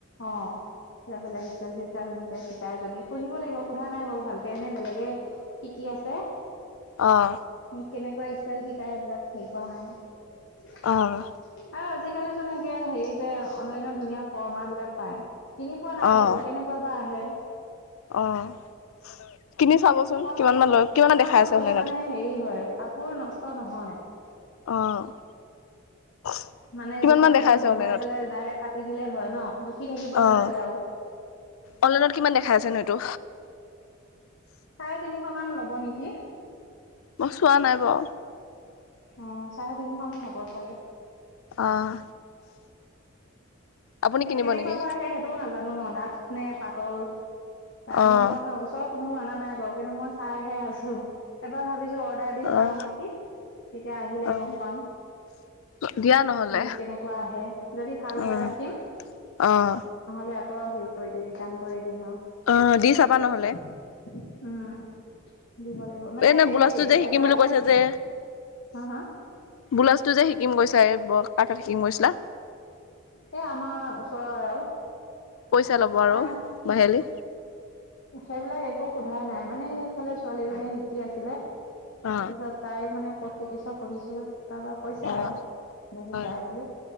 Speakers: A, on the left; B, on the left.
A: অ'। এয়া বেলেগ ইষ্টাইল চিষ্টাইল এনেকে শিকাই যদি সুধিব লাগিব সোধা নাই বাৰু ভালকে, এনে বেলেগে শিকি আছে
B: অ'।
A: কেনেকুৱা ষ্টাইল শিকাই এইবিলাক হেৰি কৰা নাই। এ,
B: অ',
A: আজিকালি চোন সেকে হেৰিতে অনলাইনত ধুনীয়া ফৰ্মা বিলাক পায়। কিনি পোৱা নাই
B: অ',
A: বাৰু কেনেকুৱা বা আহে।
B: অ'। কিনি চাবচোন
A: ফ-ফৰ্মাটো
B: কিমান মান লয় কিমান মান দেখাই আছে
A: হলে
B: অনলাইনত
A: মানে হেৰি হয় কাপোৰ নষ্ট নহয়।
B: অ' <inaudible>
A: মানে জোখে
B: মান
A: মাখে
B: দেখাই আছে
A: বহুৱাই
B: অনলাইনত
A: পেলাই ডাইৰেক্ট কাটি দিলে হয় ন, জুখি থাকিব
B: অ',
A: নালাগে আৰু।
B: অনলাইনত কিমান দেখাই আছেনো এইটো?
A: চাৰে তিনিশ মান ল'ব নেকি।
B: মই চোৱা নাই বাৰু।
A: অ', চাৰে তিনিশ মান হ'ব চাগে।
B: অ', আপুনি
A: এনে
B: কিনিব
A: কেনেকুৱা
B: নেকি
A: বা আহে সেইটোওঁ নাজানো ন ডাঠ নে পাতল? আনি
B: অ',
A: পোৱা হয়, ওচৰৰ কোনো আনা নাই বাৰু কিন্তু মই চাইহে আছো। এবাৰ ভাবি ভাবিছো অৰ্ডাৰ দি
B: অ',
A: চাওঁ নেকি, তেতিয়া আহিলে
B: অ',
A: গম পাম।
B: দিয়া নহ'লে
A: যিয়ে কেনেকুৱা আহে যদি ভাল
B: উম,
A: হয় ৰাখিম।
B: অ'।
A: দে আকৌ হেৰি কৰি দি ৰিটাৰ্ণ কৰি দিম আৰু
B: অ', দি চাবা নহ'লে
A: উম। দিব লাগিব মানে
B: এনে
A: হেৰি
B: ব্লাউজটো যে শিকিম
A: এটা
B: বুলি কৈছে
A: চিট,
B: যে
A: হা হা?
B: ব্লাউজটো যে শিকিম গৈছা এই বৰ কাৰ ওচৰত শিকিম কৈছিলা?
A: এই <unintelligible>
B: পইচা লব আৰু,
A: তাই মানে
B: মাহেলী।
A: সেইবিলাক একো সোধা নাই মানে এইফালে ছোৱালী এজনীয়ে শিকি আছিলে।
B: অ
A: তাৰপিছত তাই মানে কত শিকিছ সুধিছো। তাৰপৰা কৈছা
B: অ
A: আৰু যে শিকাই
B: হয়
A: বুলি।